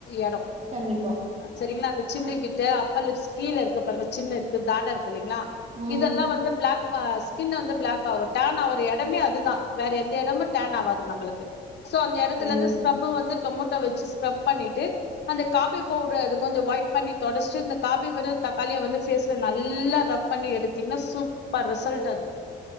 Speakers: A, on the left; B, on the right.
A: எடோ
B: கண்டிப்பா
A: சரிங்களா அந்த சின்னு கிட்டு அப்பர் லிப்ஸ் கீழ இருக்க பாருங்க சின்னு இருக்கு தடா இருக் கில்லீங்களா
B: ம்.
A: இதெல்லா வந்து பிளாக் இப்ப ஸ்கின்ன வந்து பிளாக் ஆகு டேன் ஆவற எடமே அதுதா வேற எந்த எடமு டேன் ஆவாது நம்பளுக்கு சோ அந்த எடத்துல
B: கண்டிப்பா,
A: இருந்து ஸ்க்ரப்பு வந்து டொமட்டோ வச்சு ஸ்க்ரப் பண்ணிட்டு அந்த காபி பவுட அது கொஞ்சோ ஒயிட் பண்ணி தொடச்சிட்டு இந்த காப்பி பதில் தக்காளிய வந்து ஃபேஸ்ல நல்லா ரப் பண்ணி எடுத்தீங்கன்னா சூப்பர் ரிசல்ட் அது